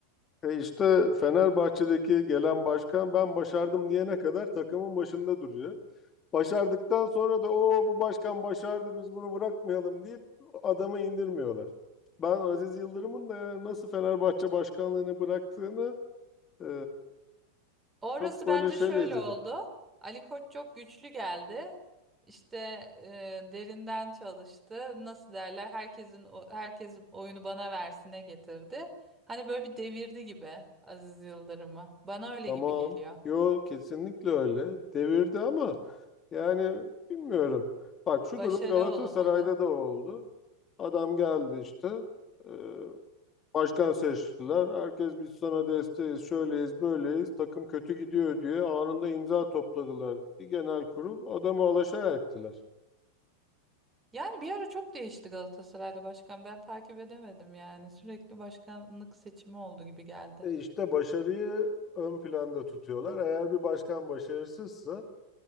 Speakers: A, on the left; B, on the right.
A: E işte Fenerbahçe'deki gelen başkan ben başardım diyene kadar takımın başında duruyor. Başardıktan sonra da o bu başkan başardı biz bunu bırakmayalım deyip adamı indirmiyorlar. Ben Aziz Yıldırım'ın da yani nasıl Fenerbahçe başkanlığını bıraktığını e,
B: Orası
A: çok böyle
B: bence
A: şeyle
B: şöyle
A: izledim.
B: oldu. Ali Koç çok güçlü geldi. İşte e, derinden çalıştı. Nasıl derler? Herkesin o- herkes oyunu bana versine getirdi. Hani böyle bir devirdi gibi Aziz Yıldırım'ı. Bana öyle
A: Tamam.
B: gibi geliyor.
A: Yo kesinlikle öyle. Devirdi ama yani bilmiyorum. Bak şu
B: Başarı
A: durum Galatasaray'da
B: olamadı.
A: da oldu. Adam geldi işte. e, Başkan seçtiler. Herkes biz sana desteğiz, şöyleyiz, böyleyiz. Takım kötü gidiyor diye anında imza topladılar. Bir genel kurul adamı alaşağı ettiler.
B: Yani bir ara çok değişti Galatasaray'da başkan. Ben takip edemedim yani. Sürekli başkanlık seçimi oldu gibi geldi.
A: E işte başarıyı ön planda tutuyorlar. Eğer bir başkan başarısızsa